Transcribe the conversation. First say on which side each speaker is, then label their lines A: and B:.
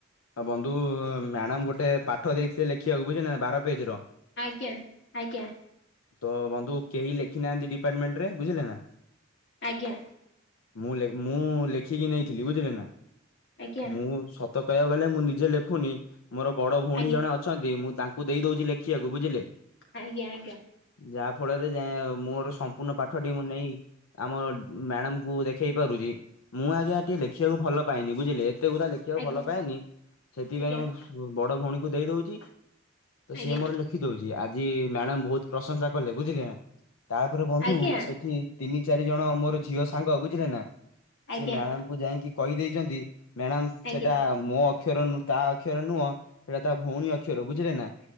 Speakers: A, on the left; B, on the left.
A: ଆଉ ବନ୍ଧୁ ମ୍ୟାଡାମ ଗୋଟେ ପାଠ ଦେଇଥିଲେ ଲେଖିବାକୁ ବୁଝିଲେ ବାର ପେଜ ର।
B: ଆଜ୍ଞା ଆଜ୍ଞା।
A: ତ ବନ୍ଧୁ କେହି ଲେଖି ନାହାନ୍ତି ଡିପାର୍ଟମେଣ୍ଟ ରେ ବୁଝିଲେ ନା?
B: ଆଜ୍ଞା।
A: ମୁଁ ମୁଁ ଲେଖିକି ନେଇଥିଲି ବୁଝିଲେ ନା?
B: ଆଜ୍ଞା ଆଜ୍ଞା
A: ମୁଁ ସତ କହିବାକୁ ଗଲେ ମୁଁ ନିଜେ ଲେଖୁନି ମୋର ବଡ ଭଉଣୀ
B: ଆଜ୍ଞା
A: ଜଣେ ଅ ଅଛନ୍ତି ମୁଁ ତାଙ୍କୁ ଦେଇଦଉଛି ଲେଖିବାକୁ ବୁଝିଲେ?
B: ଆଜ୍ଞା ଆଜ୍ଞା।
A: ଯାହା ଫଳରେ ଯା ମୋର ସମ୍ପୂର୍ଣ୍ଣ ପାଠ ଟି ମୁଁ ନେଇ ଆମ ମ୍ୟାଡାମକୁ ଦେଖେଇ ପାରୁଛି। ମୁଁ ଆଜ୍ଞା ଟିକେ ଲେଖିବାକୁ ଭଲ ପାଏନି ବୁଝିଲେ ଏତେ ଗୁୁରା ଲେଖିବାକୁ
B: ଆଜ୍ଞା
A: ଭଲ ପାଏନି ସେଥିପାଇଁ
B: ଆଜ୍ଞା।
A: ମୁଁ ବଡ ଭଉଣୀକୁ ଦେଇ ଦଉଚି ତ
B: ଆଜ୍ଞା
A: ସିଏ ମୋର ଲେ ଲେଖି ଦଉଚି ଆଜି ମ୍ୟାଡାମ ବହୁତ ପ୍ରଶଂସା କଲେ ବୁଝିଲେ ନା ତାପରେ ବନ୍ଧୁ
B: ଆଜ୍ଞା ଆଜ୍ଞା
A: ସେଠି ତିନି ଚାରି ଜଣ ମୋର ଝିଅ ସାଙ୍ଗ ବୁଝିଲେ ନା
B: ଆଜ୍ଞା
A: ସେ ମ୍ୟାଡାମକୁ ଯାଇକି କହିଦେଇଛନ୍ତି। ମ୍ୟାଡ଼ାମ
B: ଆଜ୍ଞା
A: ସେଟା
B: ଆଜ୍ଞା
A: ମୋ ଅକ୍ଷର ନୂ ତା ଅକ୍ଷର ନୁହଁ। ସେଇଟା ତା ଭଉଣୀ ଅକ୍ଷର ବୁଝିଲେ ନା